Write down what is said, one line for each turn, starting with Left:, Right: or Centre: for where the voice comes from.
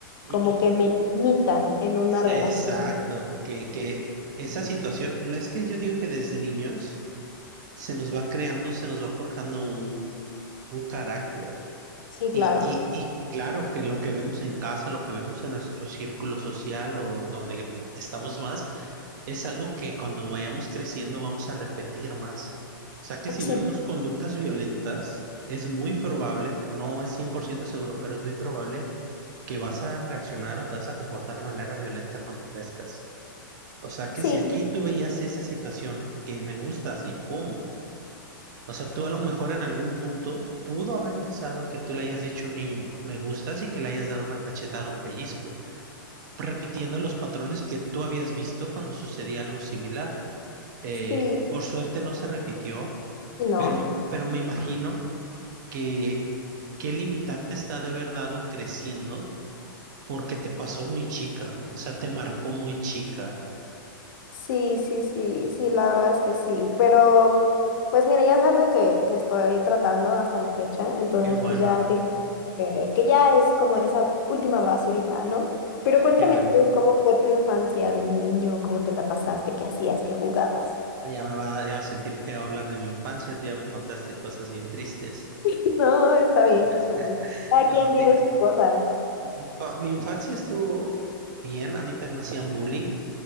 Right: Y,
Left: como
Right: y-
Left: que me limitan en una
Right: exacto,
Left: relación.
Right: que, que esa situación, no, es que yo digo que desde niños se nos va creando, se nos va forjando un, un carácter.
Left: Sí,
Right: Y,
Left: claro.
Right: y, y claro que lo que vemos en casa, lo que vemos en nuestro círculo social o donde estamos más, es algo que cuando vayamos creciendo vamos a repetir más. O sea que si
Left: Sí,
Right: vemos conductas violentas, es muy probable, no es 100% seguro, pero es muy probable que vas a reaccionar o te vas a comportar de manera violenta cuando crezcas. O sea
Left: sí,
Right: que si aquí tú veías esa situación que me gustas y ¡pum! O sea, tú a lo mejor en algún punto pudo haber pasado que tú le hayas dicho a un niño, me gustas y que le hayas dado una cachetada, un pellizco, repitiendo los patrones que tú habías visto cuando sucedía algo similar. Eh,
Left: sí
Right: por suerte no se repitió,
Left: y no.
Right: pero, pero me imagino que qué limitante está de haber dado creciendo porque te pasó muy chica, ¿no? O sea, te marcó muy chica.
Left: Sí, sí, sí, sí, la verdad es que sí, pero pues mira, ya es algo que, que estoy tratando hasta la fecha, entonces
Right: Qué bueno,
Left: pues ya digo que, que ya es como esa última basurita, ¿no? Pero cuéntame
Right: qué bueno.
Left: tú, ¿cómo fue tu infancia de niño? ¿Cómo te la pasaste? ¿Qué hacías? ¿Qué jugabas?
Right: Ya me va a, dar- ya va a sentir feo hablar de mi infancia, tú ya me contaste cosas bien tristes.
Left: <laughs> No, está bien.
Right: <laughs>
Left: está bien. Cada
Right: No,
Left: quien
Right: fíjate,
Left: vive sus cosas.
Right: mi, infa- mi infancia estuvo bien, a mí también me hacían bullying